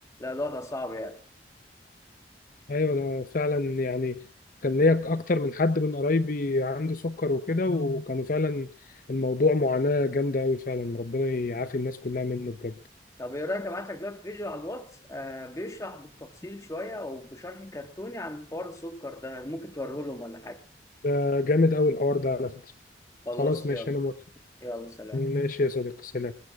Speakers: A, on the left; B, on the left.
A: الوضع صعب يعني
B: ايوه انا فعلا يعني كان ليا اكتر من حد من قرايبي عنده سكر وكده وكانوا فعلا الموضوع معاناة جامدة قوي فعلا ربنا يعافي الناس كلها منه بجد
A: طب ايه رايك ابعت لك دلوقتي فيديو على الواتس آه بيشرح بالتفصيل شويه وبشرح كرتوني عن حوار السكر ده ممكن توريه لهم ولا حاجه
B: ده جامد قوي الحوار ده على فكرة
A: خلاص
B: خلاص ماشي
A: يلا
B: انا موافق
A: يلا سلام
B: ماشي يا صديقي سلام